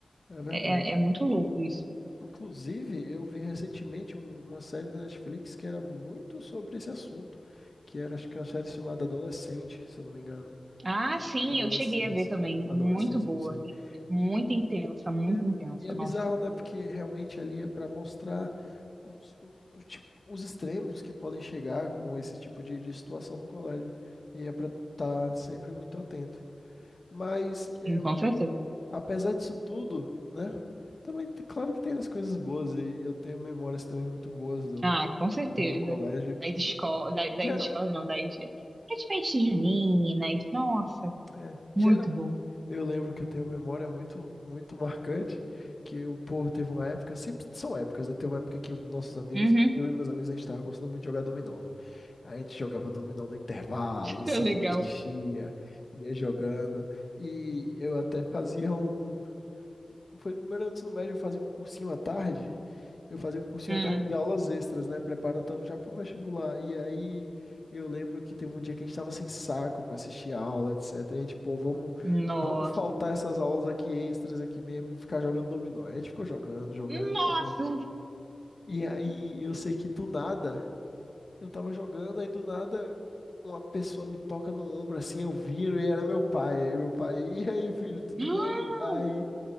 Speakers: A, on the left; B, on the right.
A: É verdade.
B: é, é é muito louco isso.
A: Inclusive, eu vi recentemente um- uma série da Netflix que era muito sobre esse assunto, que era, acho que uma série chamada Adolescente, se eu não me engano.
B: Ah, sim,
A: Adolescência.
B: eu cheguei a ver também. Muito
A: Adolescência,
B: boa.
A: não sei.
B: E Muito
A: E
B: intensa, muito
A: é,
B: intensa.
A: e é bizarro,
B: Nossa,
A: né? Porque realmente ali é para mostrar os, o- o tipo- os extremos que podem chegar com esse tipo de, de situação no colégio. E é para estar sempre muito atento. Mas, eu-
B: sim, com certeza.
A: apesar disso tudo, né? Também, tem- claro que tem as coisas boas. E eu tenho memórias também muito boas do,
B: Ah, com certeza.
A: do meu colégio.
B: Das escolas, das, das
A: Geral,
B: escolas não, das, das festas juninas. Nossa,
A: é,
B: muito
A: geral,
B: bom.
A: Eu lembro que eu tenho uma memória muito, muito marcante, que o povo teve uma época, sempre são épocas, né? Teve uma época que os nossos amigos,
B: Uhum,
A: eu e meus amigos, a gente tava gostando muito de jogar dominó. A gente jogava dominó no intervalo
B: <laughs>
A: e se
B: legal.
A: divertia, ia jogando. E eu até fazia um foi no primeiro ano do ensino médio, eu fazia um cursinho à tarde. Eu fazia um cursinho
B: Hum,
A: à tarde de aulas extras, né? Preparatando já pro vestibular. E aí eu lembro que teve um dia que a gente tava sem saco pra assistir a aula, etc. E a gente, pô, vamos,
B: nossa.
A: vamos faltar essas aulas aqui extras aqui mesmo e ficar jogando dominó. Aí a gente ficou jogando, jogando,
B: Nossa!
A: jogando. E aí eu sei que do nada, eu tava jogando, aí do nada uma pessoa me toca no ombro assim, eu viro e era meu pai. Aí meu pai, e aí, filho, tudo
B: Ah,
A: bem? Aí